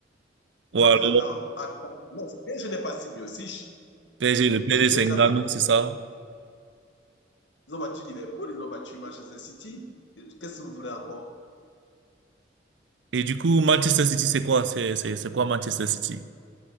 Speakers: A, on the right; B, on the left.
A: Ou
B: mais
A: alors,
B: attends, attends. Non, PSG n'est pas si mieux aussi.
A: P. S G.
B: Mais
A: le P. S G.
B: PSG
A: c'est Ngannou,
B: a battu.
A: c'est ça.
B: Ils ont battu Liverpool, ils ont battu Manchester City. Qu'est-ce que vous voulez encore?
A: Et du coup, Manchester City, c'est quoi? C'est, c'est, c'est quoi Manchester City?